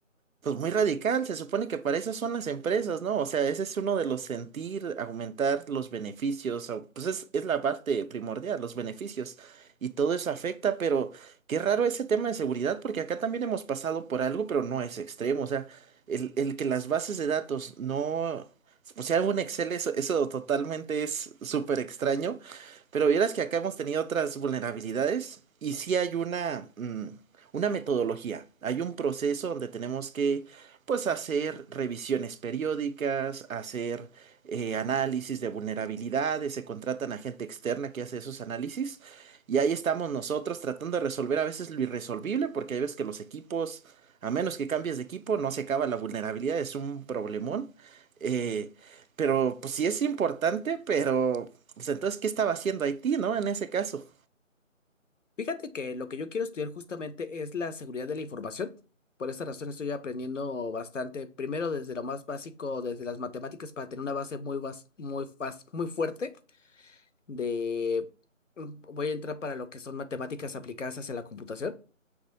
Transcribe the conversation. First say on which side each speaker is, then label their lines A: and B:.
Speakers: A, on the right; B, on the left.
A: Pues muy radical, se supone que para eso son las empresas, ¿no? O sea, ese es uno de los sentir, aumentar los beneficios, au- pues es, es la parte primordial, los beneficios, y todo eso afecta, pero qué raro ese tema de seguridad, porque acá también hemos pasado por algo, pero no es extremo, o sea, el, el que las bases de datos no, o sea, algo en Excel, eso, eso totalmente es súper extraño, pero vieras que acá hemos tenido otras vulnerabilidades, y sí hay una... mm, una metodología. Hay un proceso donde tenemos que, pues, hacer revisiones periódicas, hacer eh, análisis de vulnerabilidades, se contratan a gente externa que hace esos análisis. Y ahí estamos nosotros tratando de resolver a veces lo irresolvible, porque hay veces que los equipos, a menos que cambies de equipo, no se acaba la vulnerabilidad, es un problemón. Eh, pero pues sí es importante, pero pues entonces, ¿qué estaba haciendo Haití, no? En ese caso.
B: Fíjate que lo que yo quiero estudiar justamente es la seguridad de la información. Por esa razón estoy aprendiendo bastante, primero desde lo más básico, desde las matemáticas, para tener una base muy, bas- muy, fas- muy fuerte de... Voy a entrar para lo que son matemáticas aplicadas hacia la computación.